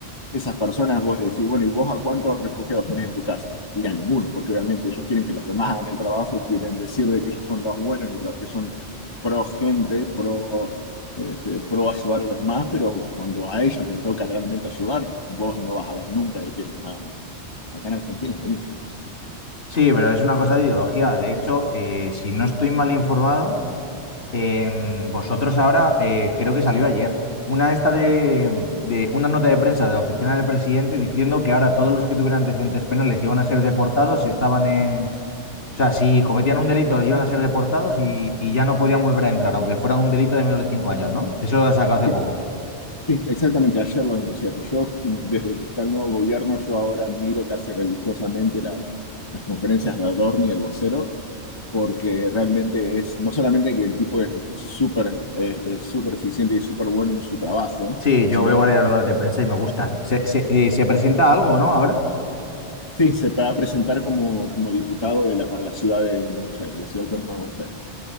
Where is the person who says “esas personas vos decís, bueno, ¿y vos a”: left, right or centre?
Left